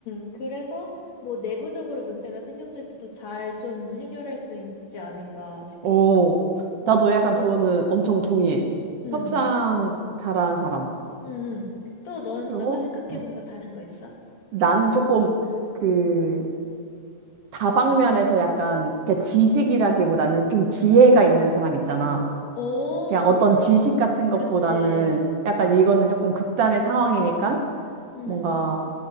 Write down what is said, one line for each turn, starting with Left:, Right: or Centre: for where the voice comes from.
Left: 음. 그래서 뭐 내부적으로 문제가 생겼을 때도 잘 좀 해결할 수 있지 않을까 싶어서.
Right: 오,
Left: 어,
Right: 나도 약간
Left: 너,
Right: 그거는 엄청 동의해.
Left: 음,
Right: 협상 잘하는 사람.
Left: 음, 음. 또 너,
Right: 그리고
Left: 너가 생각해
Right: 음,
Left: 본 거 다른 거 있어?
Right: 나는 조금
Left: 음.
Right: 그 다방면에서 약간 그러니까 지식이라기보다는 좀 지혜가 있는 사람 있잖아.
Left: 오,
Right: 그냥 어떤 지식 같은 것보다는
Left: 그치.
Right: 약간 이거는 조금 극단의 상황이니까
Left: 음,
Right: 뭔가